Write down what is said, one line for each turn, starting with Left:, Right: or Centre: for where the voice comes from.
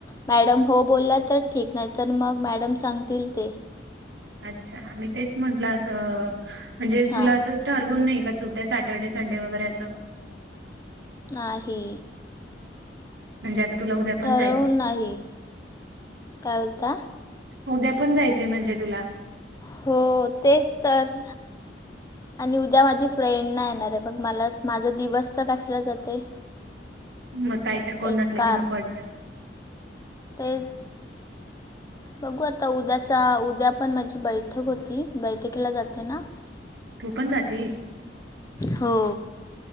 Left: मॅडम हो बोलल्या तर ठीक नाही तर मग मॅडम सांगतील ते!
Right: अच्छा मी तेच म्हंटलं असं म्हणजे
Left: हां
Right: तुला असं ठरवून नाही सुट्ट्या सॅटर्डे संडे वगैरे असं?
Left: नाही!
Right: म्हणजे आता तुला उद्या पण
Left: ठरवून
Right: जाय
Left: नाही, काय बोलता?
Right: उद्या पण जायचंय म्हणजे तुला?
Left: हो तेच तर आणि उद्या माझी फ्रेंड नाही येणार आहे बघ मला माझा दिवस तर कसला जाते.
Right: मग काही तर कोण
Left: बेकार
Right: नसले कि नकोत.
Left: तेच बघू आता उद्याचा उद्या पण माझी बैट बैठक होती बैठकीला जाते ना.
Right: तू पण जातीलस?
Left: हो.